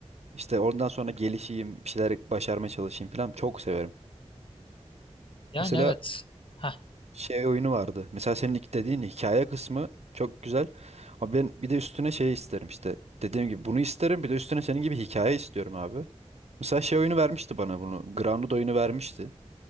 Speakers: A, on the right; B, on the left.
A: işte ondan sonra gelişeyim, bir şeyler başarmaya çalışayım falan çok severim.
B: Yani
A: Mesela
B: evet. Hah.
A: şey oyunu vardı. Mesela senin ilk dediğin hikaye kısmı çok güzel. Ama ben bir de üstüne şey isterim işte. Dediğim gibi bunu isterim bir de üstüne senin gibi hikaye istiyorum abi. Mesela şey oyunu vermişti bana bunu. Grounded oyunu vermişti.